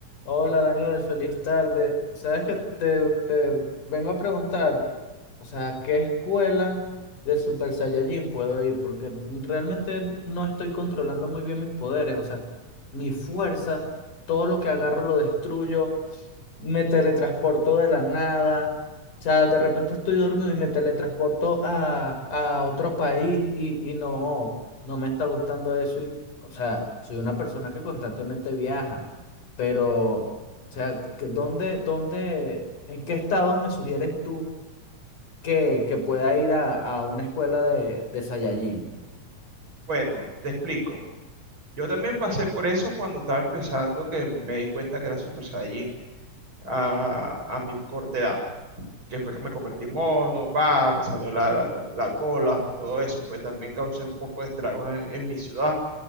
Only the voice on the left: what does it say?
Hola Daniel, feliz tarde. Sabes que te, te vengo a preguntar, o sea, ¿qué escuela de Super Saiyajin puedo ir? Porque realmente no estoy controlando muy bien mis poderes, o sea, mi fuerza, todo lo que agarro lo destruyo, me teletransporto de la nada, o sea, de repente estoy dormido y me teletransporto a, a otro país y, y no, no me está gustando eso y, o sea, soy una persona que constantemente viaja. Pero, o sea, que- ¿dónde, dónde, en qué estados me sugieres tú que, que pueda ir a, a una escuela de, de Saiyajin?